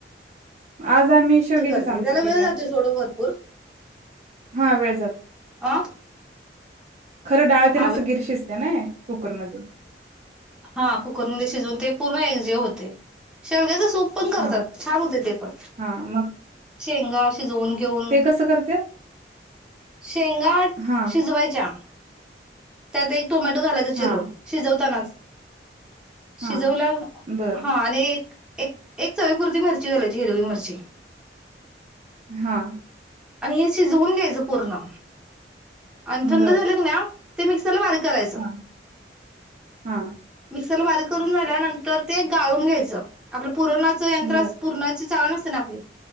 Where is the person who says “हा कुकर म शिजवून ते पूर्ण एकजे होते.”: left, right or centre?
Centre